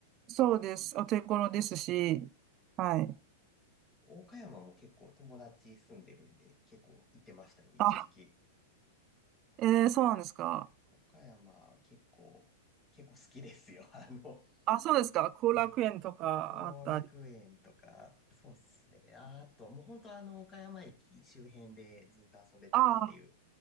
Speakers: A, on the right (about 40°); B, on the left (about 25°).
A: そうです。お手頃ですし、はい。
B: 岡山も結構友達住んでるんで、結構行ってましたよ、一時期。
A: あ、えー、そうなんですか。
B: 岡山結構、結構好きですよ。<laughs> あの、
A: あ、そうですか。後楽園とかあったり。
B: ま後楽園とか、そうっすね。ああと、もう本当あの、岡山駅周辺でずっと遊んでたっていう。
A: あ